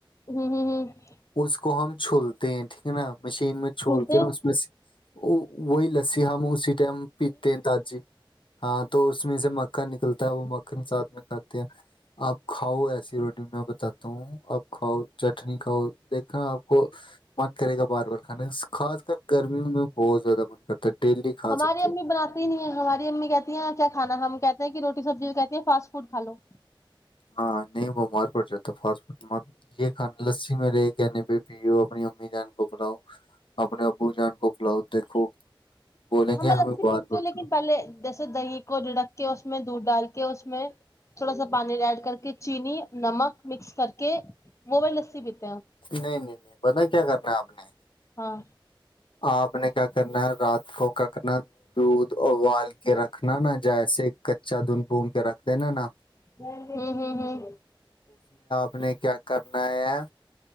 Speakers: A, on the left; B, on the left.
A: ہمم ہمم ہمم
B: اس کو ہم چھولتے ہیں ٹھیک ہے نا مشین میں چھول
A: چھولتے
B: کے نا اس میں سے وہی لسی ہم اسی ٹایٹم پیتے ہیں ہاں تو اس میں اس میں سے مکھن نکلتا ہے وہ مکھن ساتھ میں کھاتے ہیں آپ کھاؤ ایسی روٹی میں بتاتا ہوں آپ کھاؤ چٹنی کھاؤ دیکھنا آپ کو من کرے گا بار بار کھانے کا خاص کر گرمیوں میں بہت زیادہ من کرتا ہے ڈیلی کھا
A: ہماری
B: سکتے
A: امی
B: ہو
A: بناتی نہیں ہے ہماری امی کہتی ہیں کیا کھانا ہم کہتے روٹی سبزی کو کہتی ہے فاسٹ فوڈ کھا لو
B: ہاں نہیں بمار پڑ جاتا فاٹ فڈ یہ کھانا لسی میں رہے کہنے پہ پیو اپنی امی جان کو پلاؤ اپنے ابو جان کو پلاؤ دیکھو بولیں
A: ہاں
B: گے
A: میں
B: ہمیں
A: لسی
B: بات
A: پیتی ہوں لیکن پہلے جیسے دہی کو جھڑک کے اس میں دودھ ڈال کے کے اس میں تھوڑا سا پانی دال کر کے چینی نمک مکس کر کے وہ والی لسی پیتی
B: نہیں نہیں نہیں پتا ہے کیا کرنا ہے آپ نے
A: ہاں
B: آپ نے کیا کرنا ہے رات کو کیا کرنا دودھ ابال کے رکھنا نا جیسے کچا دھن بھون کے رکھ دینا نا
A: ہمم ہمم ہمم
B: ہم نے کیا کرنا ہے